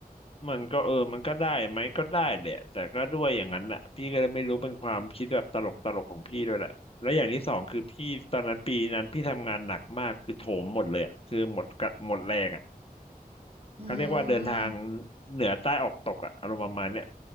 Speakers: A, on the left; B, on the right.
A: มันก็เออมันก็ได้ไหมก็ได้แหละแต่ก็ด้วยอย่างนั้นแหละพี่ก็เลยไม่รู้เป็นความคิดแบบตลกตลกของพี่ด้วยแหละและอย่างที่สองคือพี่ตอนนั้นปีนั้นพี่ทำงานหนักมากคือโถมหมดเลยอะคือหมดกะหมดแรงอ่ะ
B: อืม
A: เขาเรียกว่าเดินทางเหนือใต้ออกตกอ่ะอารมณ์ประมาณเนี้ย